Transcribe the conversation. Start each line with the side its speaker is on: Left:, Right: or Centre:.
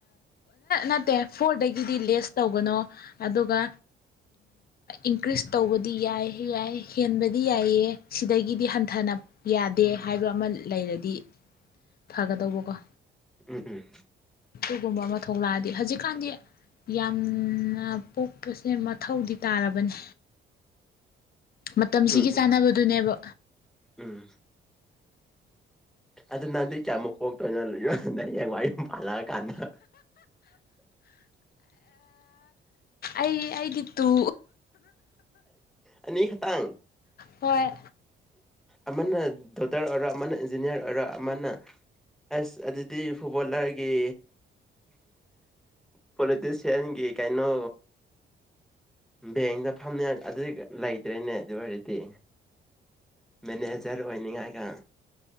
Left: ꯅꯠꯇꯦ ꯐꯣꯔꯗꯒꯤꯗꯤ ꯂꯦꯁ ꯇꯧꯒꯅꯣ ꯑꯗꯨꯒ ꯏꯟꯀ꯭ꯔꯤꯁ ꯇꯧꯕꯗꯤ ꯌꯥꯏ ꯌꯥꯏ ꯍꯦꯟꯕꯗꯤ ꯌꯥꯏꯑ ꯁꯤꯗꯒꯤꯗꯤ ꯍꯟꯊ ꯅ ꯌꯥꯗꯦ ꯍꯥꯏꯕ ꯑꯃ ꯂꯩꯔꯗꯤ ꯐꯒꯗꯧꯕꯀꯣ
Centre: ꯎꯝ ꯎꯝ
Left: ꯑꯗꯨꯒꯨꯝꯕ ꯑꯃ ꯊꯣꯛꯂꯛꯑꯗꯤ ꯍꯧꯖꯤꯛꯀꯥꯟꯗꯤ ꯌꯥꯝꯅ ꯄꯣꯛꯄꯁꯦ ꯃꯊꯧꯗꯤ ꯇꯥꯔꯕꯅꯦ ꯃꯇꯝꯁꯤꯒꯤ
Centre: ꯎꯝ ꯎꯝ
Left: ꯆꯥꯅꯕꯗꯨꯅꯦꯕ
Centre: ꯎꯝ ꯑꯗ ꯅꯥꯟꯗꯤ ꯀꯌꯥꯃꯨꯛ ꯄꯣꯛꯒ ꯇꯅ ꯂꯩꯣ ꯅ ꯋꯥꯏ ꯄꯂ ꯀꯥꯟꯅ
Left: ꯑꯩ ꯑꯩꯒꯤ ꯇꯨ
Centre: ꯑꯦꯅꯤ ꯈ ꯇ
Left: ꯍꯣꯏ
Centre: ꯑꯃꯅ ꯗꯣꯛꯇꯔ ꯑꯣꯏꯔꯅ ꯏꯟꯖꯅꯤꯌꯥꯔ ꯑꯣꯏꯔ ꯑꯃꯅ ꯑꯁ ꯑꯗꯨꯗꯤ ꯐꯨꯠꯕꯣꯂꯔꯒꯤ ꯄꯣꯂꯤꯇꯤꯁꯤꯌꯥꯟꯒꯤ ꯀꯩꯅꯣ ꯕꯦꯡꯗ ꯐꯝꯃꯦ ꯑꯗꯨꯗꯤ ꯂꯩꯇ꯭ꯔꯦꯅꯦ ꯑꯗꯨ ꯑꯣꯏꯔꯗꯤ ꯃꯦꯅꯦꯖꯔ ꯑꯣꯏꯅꯤꯡꯉꯥꯏꯒ